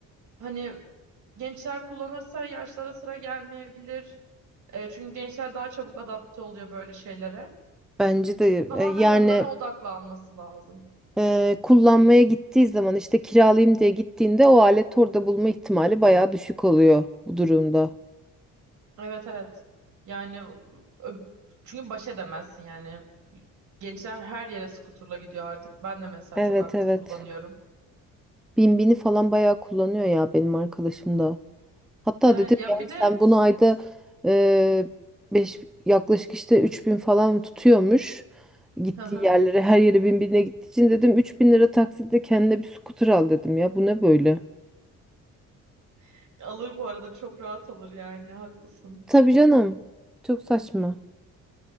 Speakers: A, on the right; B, in the centre.
A: hani gençler kullanırsa yaşlara sıra gelmeyebilir. E, çünkü gençler daha çabuk adapte oluyor böyle şeylere.
B: Bence de
A: Tamamen
B: e, yani
A: onlara odaklanması lazım.
B: e, kullanmaya gittiği zaman işte kiralayayım diye gittiğinde o alet orada bulma ihtimali bayağı düşük oluyor bu durumda.
A: Evet evet. Yani ö- çünkü baş edemezsin yani. Gençler her yere skuterla gidiyor artık. Ben de mesela
B: Evet
A: çok aktif
B: evet.
A: kullanıyorum.
B: Binbini falan bayağı kullanıyor ya benim arkadaşım da. Hatta
A: Evet
B: dedim
A: ya
B: yani
A: bir de
B: sen bunu ayda e, beş, yaklaşık işte 3000 falan tutuyormuş. Gittiği
A: <laughs> Hı hı.
B: yerlere her yere Binbin'e gittiği için dedim 3000 lira taksitle kendine bir scooter al dedim ya bu ne böyle.
A: <laughs> alır bu arada çok rahat alır yani haklısın.
B: Tabii canım. Çok saçma.